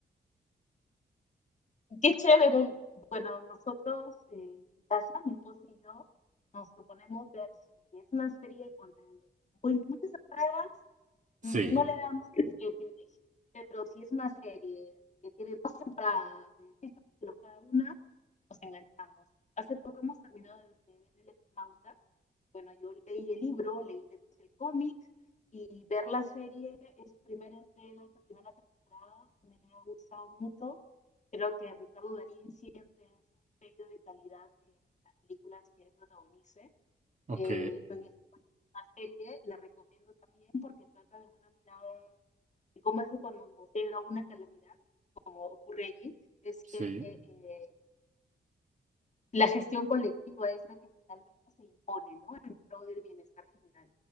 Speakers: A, on the left (about 40°); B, on the right (about 40°).
A: Qué chévere. Bueno, nosotros eh, en casa, mi esposo y yo, nos proponemos ver si es una serie con eh, muy- muchas entradas no
B: Sí,
A: le damos mucho privilegio, pero si es una serie que tiene dos temporadas de seis capítulos cada una, nos enganchamos. Hace poco hemos terminado de de ver El Eternauta. Bueno, yo leí el libro, leí después el cómic y ver la serie, es primera entrega, esta primera temporada, me ha gustado mucho. Creo que Ricardo Darín siempre es un sello de calidad en las películas que él protagonice.
B: ok,
A: Eh, en una serie, la recomiendo también porque trata de una mirada, de cómo es que cuando nos llega una calamidad, como ocurre allí, es
B: sí.
A: que eh, eh, la gestión colectiva es la que finalmente se impone, ¿no? En pro del bienestar general.